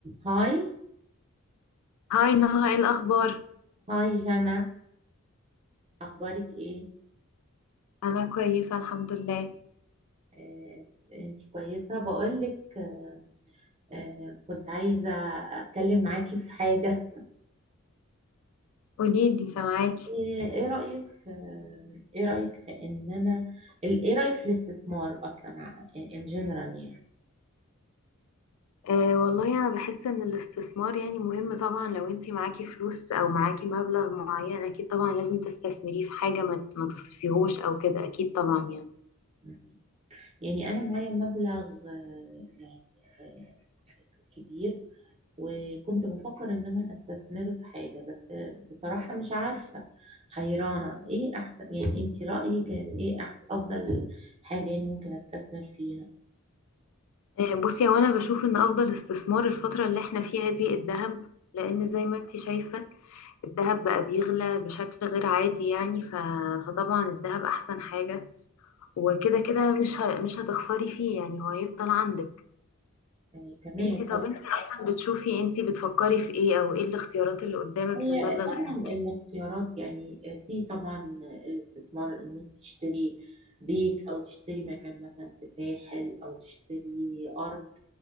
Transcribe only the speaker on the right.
هاي
هاي جانا اخبارك ايه
آه، انت كويسه بقولك آه، آه، كنت عايزه اتكلم معاكي في حاجه
آه، ايه رايك في ايه رايك في ان انا ال- ايه رايك في الاستثمار اصلا ان جنرال يعني
مم. يعني انا معايا مبلغ آه، يعني آه، كبير وكنت بفكر ان انا استثمره في حاجة بس بصراحة مش عارفة حيرانة ايه احسن يعني انت رأيك ايه احسن افضل حاجة يعني ممكن استثمر فيها
يعني تمام
هي
طبعا
الاختيارات يعني آه، في طبعا الاستثمار ان انت تشتري بيت او تشتري مكان مثلا في ساحل او تشتري ارض